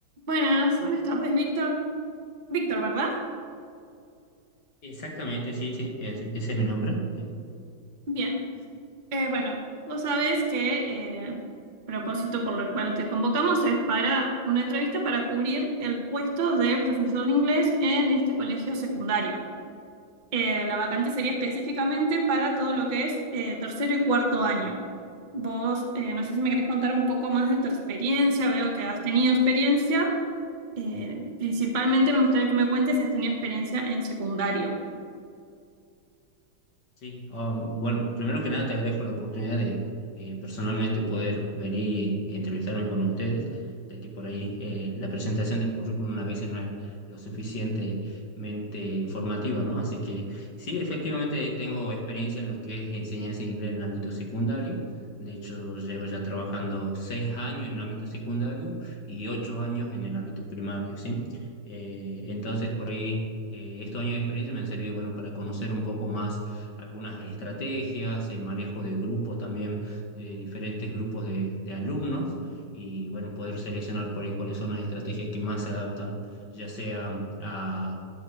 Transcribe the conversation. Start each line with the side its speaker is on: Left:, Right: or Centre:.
Right: Buenas, buenas tardes, Víctor. Víctor, ¿verdad?
Left: Exactamente, sí, sí, ese, ese es mi nombre. sí.
Right: Bien. Eh, bueno, vos sabes que eh, propósito por el cual te convocamos es para una entrevista para cubrir el puesto de profesor de inglés en este colegio secundario. Eh, la vacante sería específicamente para todo lo que es eh, tercero y cuarto año. Vos, eh, no sé si me querés contar un poco más de tu experiencia, veo que has tenido experiencia. Eh, principalmente me gustaría que me cuentes si has tenido experiencia en secundario.
Left: Sí, ah, bueno, primero que nada te agradezco la oportunidad de eh, personalmente poder venir y, y entrevistarme con ustedes, ya que por ahí eh, la presentación del currículum a veces no es lo suficientemente informativa, ¿no? Así que sí, efectivamente tengo experiencia en lo que es enseñanza de inglés en el ámbito secundario. De hecho, llevo ya trabajando seis años en el ámbito secundario y ocho años en el ámbito primario, ¿sí? Eh, entonces, por ahí, eh, estos años de experiencia me han servido, bueno, para conocer un poco más algunas estrategias, el manejo de grupo también, de diferentes grupos de, de alumnos y bueno, poder seleccionar por ahí cuáles son las estrategias que más se adaptan, ya sea mm, a